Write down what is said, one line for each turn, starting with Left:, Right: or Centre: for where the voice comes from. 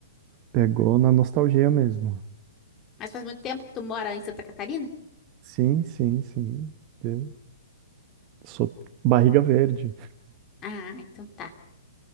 Right: pegou na nostalgia mesmo.
Left: Mas faz muito tempo que tu mora em Santa Catarina?
Right: Sim, sim, sim. Eu Sou barriga verde.
Left: Ah, então tá.